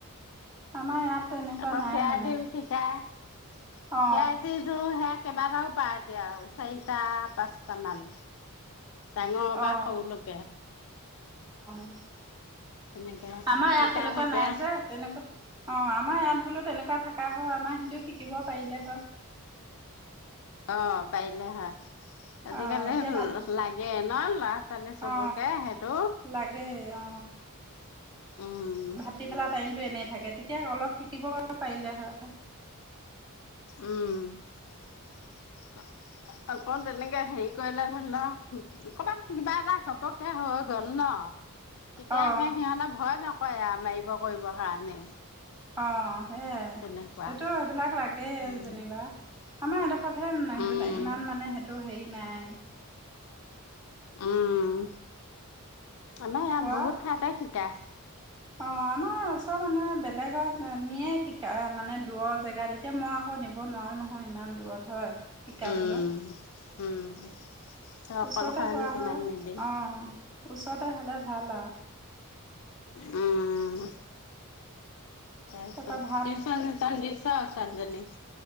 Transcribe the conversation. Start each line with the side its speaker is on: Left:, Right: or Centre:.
Right: আমাৰ ইয়াত তেনেকুৱা
Left: আকৌ
Right: নাই
Left: কেৰাতি
Right: মানে
Left: শিকাই।
Right: অ
Left: কেৰাতি টোওঁ হেক কেইবাটাও পাৰ দিয়া আৰু চাৰিটা পাঁচটা মান ডাঙৰৰ পা
Right: অ
Left: সৰু লৈকে।
Right: অ
Left: তেনেকে
Right: আমাৰ
Left: শিকাই
Right: ইয়াত তেনেকুৱা
Left: থাকে।
Right: নাই যে তেনেকুৱা অ আমাৰ ইয়াত বুলো তেনেকুৱা থাকা হয়। আমাৰ সিটো শিকিব পাৰিলে
Left: অ' পাৰলে হয়। আজিকালি
Right: অ এতিয়া ভাতি
Left: লাগে ন' ল'ৰা-ছোৱালী চবকে
Right: অ
Left: সেইটো?
Right: লাগে অ
Left: উম
Right: ভাতিবেলা টাইমটো এনে থাকে। তেতিয়া অলপ শিকিব পাৰিলে হয়।
Left: উম অকন তেনেকে হেৰি কৰিলে ধৰি ল' ক'বাত কিবা এটা ঘপকে হৈ গ'ল ন? তেতিয়াে
Right: অ
Left: সিহঁতে ভয়ত নকৰে আউ মাইব কইব কাৰণেও।
Right: অ সেইয়াই,
Left: তেনেকুৱা
Right: সেইটো এইবিলাক লাগেই
Left: উম
Right: যেনিবা। আমাৰ এডোখৰ ঠাইত সেইবিলাক
Left: উম
Right: ইমান মানে সেইটো হেৰি নাই।
Left: উম, আমাৰ
Right: শিকোৱা
Left: ইয়াত বহুত ঠাইতে শিকাই।
Right: অ' আমাৰ ওচৰৰ মানুহে বেলেগত নিয়ে শিকা মানে দূৰ জেগাত এতিয়া মই আকৌ নিব নোৱাৰো নহয় ইমান দূৰত হয় শিকাবলৈ
Left: উম, উম তই অকলশৰেনো
Right: ওচৰতে হোৱা
Left: কিমান
Right: হয়
Left: নিবি।
Right: অ' ওচৰতে হ'লে ভাল আৰ
Left: উম, তাৰপিছত
Right: তাৰপৰা ভাত
Left: টিউচন-চিউচন দিছ ছোৱালীজনীক?